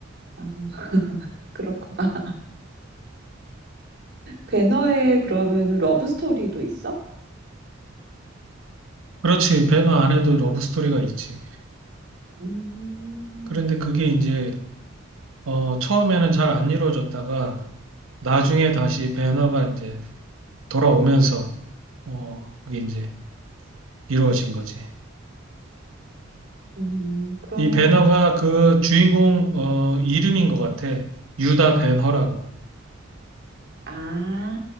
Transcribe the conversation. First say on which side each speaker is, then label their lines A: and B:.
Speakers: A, on the right (about 55°); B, on the right (about 85°).
A: 아, <laughs> 그렇구나. 배너에 그러면은 러브 스토리도 있어?
B: 그렇지, 배너 안에도 러브 스토리가 있지.
A: 음.
B: 그런데 그게 이제, 어, 처음에는 잘 안 이루어졌다가, 나중에 다시 배너가 이제 돌아오면서, 어, 그게 이제 이루어진 거지.
A: 음, 그러면,
B: 이 배너가 그 주인공 어, 이름인 것 같아. 유다 배너라고.
A: 아,